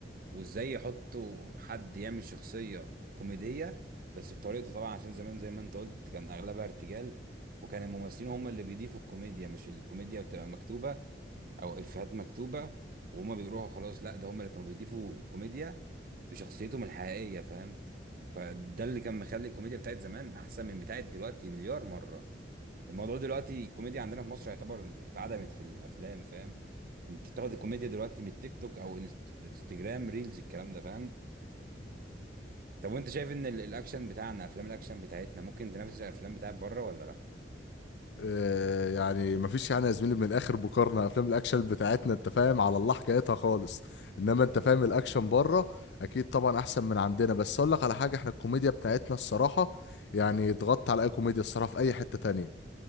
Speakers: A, on the right; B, on the left.
A: وإزاي يحطوا حد يعمل شخصية كوميدية بس بطريقته طبعا عشان زمان زي ما أنت قلت كان أغلبها ارتجال وكان الممثلين هم اللي بيضيفوا الكوميديا مش الكوميديا بتبقى مكتوبة أو إفيهات مكتوبة وهما بيقروها خلاص لا ده هم اللي كانوا بيضيفوا الكوميديا بشخصيتهم الحقيقية فاهم فده اللي كان مخلي الكوميديا بتاعت زمان أحسن من بتاعت دلوقتي مليار مرة الموضوع دلوقتي الكوميديا عندنا في مصر يعتبر اتعدمت في الافلام فاهم انت بتاخد الكوميديا دلوقتي من التيك توك او الانست- انستجرام ريلز الكلام ده فاهم طب وانت شايف ان ال- الاكشن بتاعنا افلام الاكشن بتاعتنا ممكن تنافس الافلام بتاعت بره ولا لا
B: آه، يعني مفيش يعني يا زميلي من الاخر مقارنه افلام الاكشن بتاعتنا انت فاهم على الله حكايتها خالص انما
A: امم
B: انت فاهم الاكشن بره اكيد طبعا احسن من عندنا بس اقول لك على حاجه احنا الكوميديا بتاعتنا الصراحه يعني اتغطى على اي كوميديا الصراحه في اي حته تانية